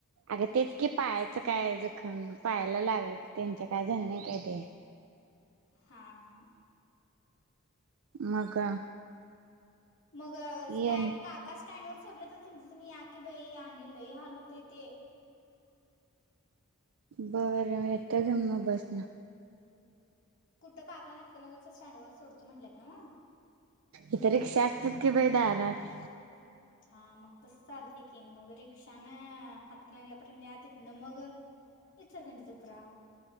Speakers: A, on the right; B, on the left.
A: अगं तेच कि पायाच काय जखम पायाला लाग त्यांच्या काय झालं नाही काय ते
B: हा हा
A: मग
B: मग स्टँ
A: येन
B: काका स्टँड वर सोडलं तर तुमचं तुम्ही या की बाई आणि लई हाल होतय ते
A: बर येतो घे मग बसन
B: कुठं काका हातकणंगलेच्या स्टँडवर सोडतो म्हणणल्यात न्हव
A: इथ रिक्षा असतात की बाई दारात
B: हा मग तसं चालतेय की मग रिक्षा न हातकणंगल्यापर्यंत या तिथन मग इचलकरंजीत उतरा